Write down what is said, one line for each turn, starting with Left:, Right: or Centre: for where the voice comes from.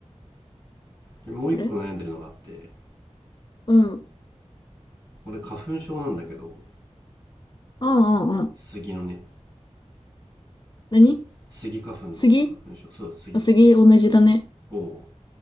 Right: でもう一個悩んでるのがあって
Left: これうん。うん
Right: 俺花粉症なんだけど
Left: ああああ。
Right: 杉のね
Left: 何
Right: 杉花粉の花粉症そう杉杉
Left: 杉あ、杉同じだね。
Right: を